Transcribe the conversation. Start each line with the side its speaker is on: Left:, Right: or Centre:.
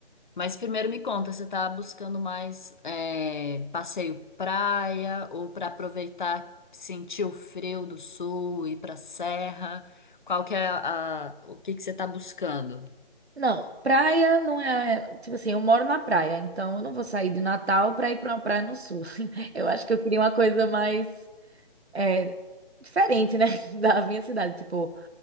Left: Mas primeiro me conta, você tá buscando mais é, passeio praia ou pra aproveitar, sentir o frio do sul, ir pra serra? Qual que é a... a- o que que você tá buscando?
Right: Não, praia não é. Tipo assim, eu moro na praia, então eu não vou sair de Natal pra ir pra uma praia no sul. <laughs> Eu acho que eu queria uma coisa mais é, diferente, né? <laughs> Da minha cidade. Tipo,